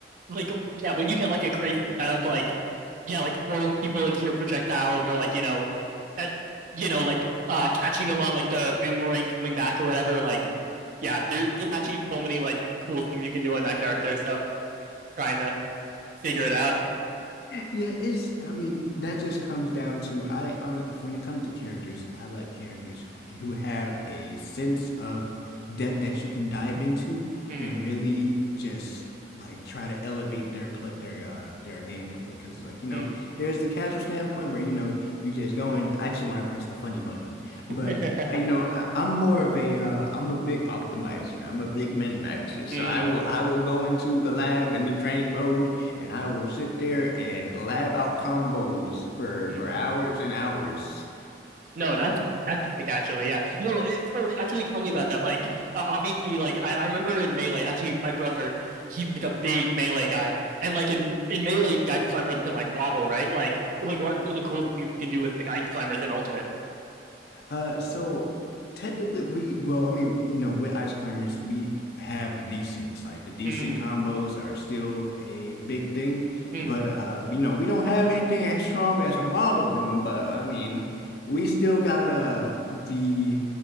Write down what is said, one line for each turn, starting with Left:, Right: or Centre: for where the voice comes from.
Right: like, yeah, when you get like a crazy setup, like, yeah, like throwing people into your projectiles or like, you know, that, you know, like uh catching them on like the boomerang coming back or whatever. Like, yeah, there, there's actually so many like cool things you can do on that character. So trying to figure it out.
Left: Yeah, it's, I mean, that just comes down to I on when it comes to characters, I like characters who who have a sense of depth that you can dive into
Right: Hmm.
Left: and really just like try to elevate their play their uh their gameplay because like you know
Right: Mm.
Left: there's the casual standpoint where you know you just go in I just want to press the funny button
Right: <laughs>
Left: but I, you know I, I'm more of a uh I'm a big optimizer I'm a big min maxer so
Right: Mm.
Left: I will I will go into the lab and the training mode and I will sit there and lab out combos for
Right: Mm.
Left: for hours and hours
Right: No, that's that's sick actually. Yeah. No, it, so actually tell me about that. Like uh, obviously like I, I remember in Melee, actually my brother, he's like a big Melee guy. And like in in Melee, ice climbers can like wobble, right? Like like what are some of the cool things you can do with like ice climbers in Ultimate?
Left: Uh, so technically, we well, I mean, you know, with ice climbers, we have the desyncs. Like the desync
Right: Mm.
Left: combos are still a big thing,
Right: Mm.
Left: but uh, you know, we don't have anything as strong as a wobbling. But I mean, we still got uh the